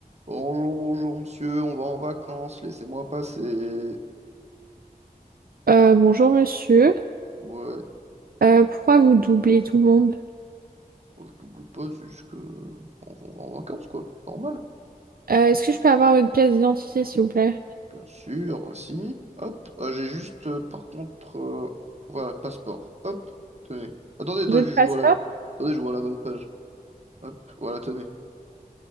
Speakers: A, on the right; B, on the right.
A: Bonjour, bonjour, monsieur, on va en vacances, laissez-moi passer.
B: Euh, bonjour monsieur.
A: Ouais,
B: Euh, pourquoi vous doublez tout le monde?
A: je double pas, c'est juste que... On va on va en vacances, quoi. Normal.
B: Euh, est-ce que je peux avoir votre pièce d'identité, s'il vous plaît?
A: Bien sûr, aussi. Hop, euh, j'ai juste, euh, par contre... euh, voilà, passeport. Hop, tenez. Attendez, attendez,
B: Votre
A: je
B: passeport?
A: vois la... Attendez, je vois la bonne page. Hop, voilà, tenez.